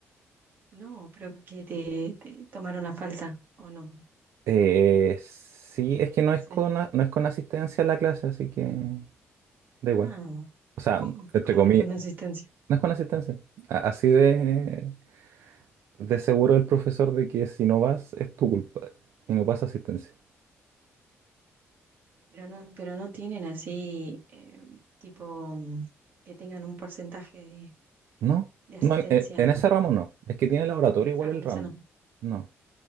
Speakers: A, on the right; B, on the right.
A: No, pero que te, te tomaron la falta, ¿o no?
B: Eh, sí, es que no es
A: Sí.
B: con, no es con asistencia a la clase, así que... Da igual.
A: Ah,
B: O sea,
A: ¿cómo,
B: entre
A: cómo
B: comillas,
A: no con asistencia?
B: no es con asistencia. A- Así de, de seguro el profesor de que si no vas es tu culpa y no pasa asistencia.
A: Pero no, pero no tienen así, eh, tipo, mm, que tengan un porcentaje de,
B: No,
A: de asistencia.
B: no, en, en- en ese ramo no. Es que tiene laboratorio igual
A: Ah,
B: el
A: en
B: ramo.
A: esa no.
B: No,